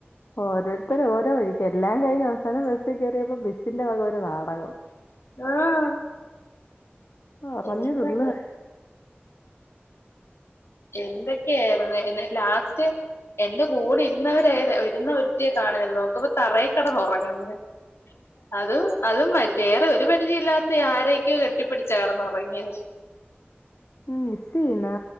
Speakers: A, on the left (about 70°); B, on the left (about 80°).
A: ഓരോരുത്തര ഓരോ വഴിക്ക് എല്ലാം കഴിഞ്ഞ് അവസാനം ബസ് കയറിയപ്പോ ബസിന്റെ വകം ഒരു നാടകം
B: ആഹ
A: ഒറഞ്ഞു
B: എന്ത
A: തുള്ളുവാ
B: എന്തൊക്കെയായിരുന്നു എന്ന ലാസ്റ്റ് എന്റെ കൂടെ ഇരുന്നവര ഏത ഇരുന്ന ഒരുത്തിയെ കാണുന്നല്ല നോക്കപ്പോ തറയിക്കടന്ന് ഉറങ്ങന്ന് അത് അതുംതി വേറെ ഒരു പരിചയ ഇല്ലാത്ത ആരൊക്കെയോ കെട്ടിപ്പിച്ചാ കടന്നുറങ്ങിയത്
A: ഉം മിസ്സയ്ന്ന്